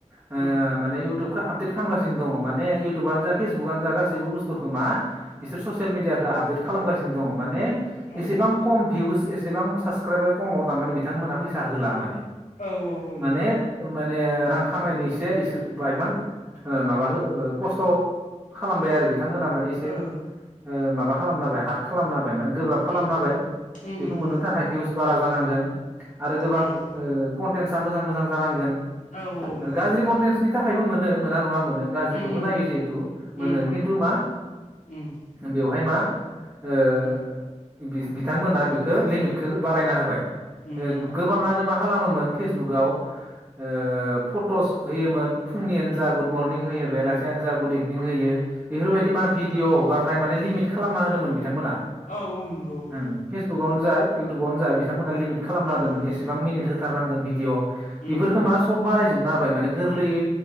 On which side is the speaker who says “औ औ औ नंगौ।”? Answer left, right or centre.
Left